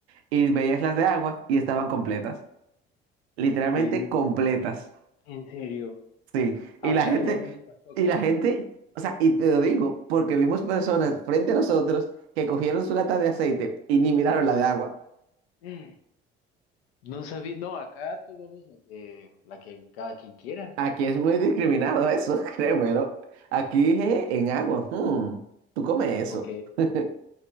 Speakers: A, on the right; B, on the left.
A: Y veías las de agua y estaban completas. Literalmente
B: En,
A: completas.
B: en serio.
A: Sí,
B: Ah,
A: y la
B: o sea,
A: gente,
B: ya no las tocan.
A: y la gente, o sea, y te lo digo, porque vimos personas frente a nosotros que cogieron su lata de aceite y ni miraron la de agua.
B: Mm. No sabía, no, acá tomamos la que, la que cada quien quiera.
A: Aquí es muy discriminado eso, <laughs> créemelo. Aquí dije,
B: Ok.
A: en agua, mm, tú comes eso.
B: Ok.
A: <laughs>